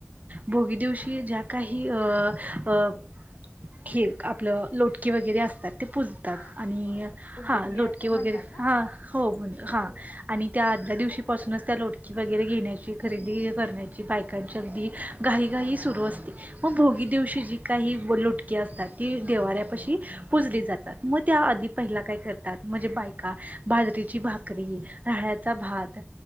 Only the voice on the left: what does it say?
हा
बरोबर कुंडुकली
असं
म्हणतात ना
त्याला
हा